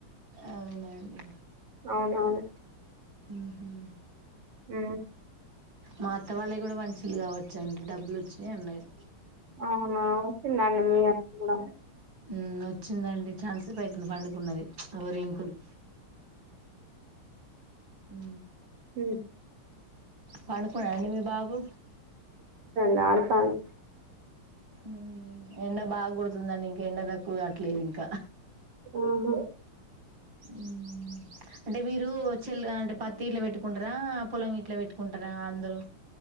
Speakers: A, on the right; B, on the right.
A: అవునండి
B: అవునవును
A: ఊహు
B: ఉ
A: మాత వాళ్ళే కూడా పంచిలు కావచ్చు అండి డబ్బులు వచ్చినాయి ఉనాయి
B: అవునా నన్న మీ ఆతకుడ
A: ఉ వచ్చిందండి చాలాసేపు అయితుంది పండుకు ఉన్నది ఎవరు ఇం పలు ఉ
B: ఉమ్,
A: పండుకునదండి మీ బాబు
B: రాను కాను
A: ఉ ఎండ బాగా కుడుతుందండి ఇంకా ఎండ తక్కువ కాట్లేదు ఇంకా
B: ఆహా
A: ఉ అంటే మీరు చెల్ అంటే పత్తిగిట్ల పెట్టుకుంటారు ఆ పొలం ఇట్లా పెట్టుకుంటారా అందరూ